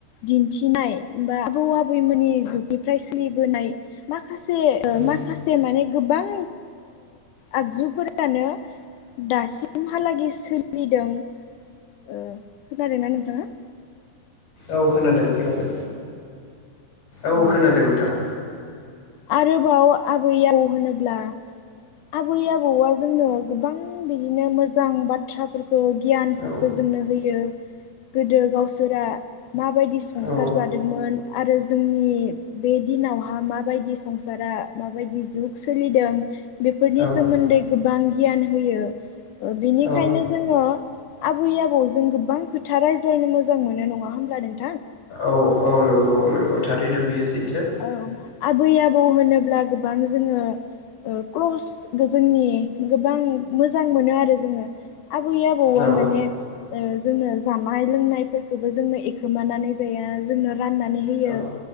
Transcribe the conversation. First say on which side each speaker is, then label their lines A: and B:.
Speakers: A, on the left (about 75°); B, on the left (about 45°).
A: दिन्थिनाय बा आबौ आबैमोननि जुगनिफ्राय सोलिबोनाय माखासे <unintelligible> खासे
B: औ
A: माखासे माने गोबां आगजुफोरानो दासिमहालागै सोलिदों खोनादोंना नोंथाङा?
B: औ खोनादों। खोनादों औ
A: ओ
B: खोनादों नोंथां।
A: आरोबाव आबै आबौ होनोब्ला आबै आबौआ जोंनो गोबां बिदिनो मोजां बाथ्राफोर खौ गियानफोरखौ
B: औ
A: जोंनो होयो। गोदो गावसोरा माबायदि संसार
B: औ
A: जादोंमोन आरो जोंनि बे दिनावहा माबायदि संसारा माबायदि जुग सोलिदों बेफोरनि
B: औ
A: सोमोन्दै गोबां गियान होयो। बेनिखायनो
B: औ
A: जोङो आबै आबौजों गोबां खो था रायज्लायनो मोजां मोनो नङा हामब्ला नों
B: औ औ नंगौ नंगौ थारै बियो सै
A: औ आबै आबौ होनोब्ला गोबां जोङो ओ क्लस जोंनि गोबां मोजां मोनो आरो जोङो। आबै आबौआ
B: औ
A: माने ओ जोंनो जानाय लोंनायफोरखौबो जोंनो एखोमानानै जाया जोंनो राननानै होयो
B: औ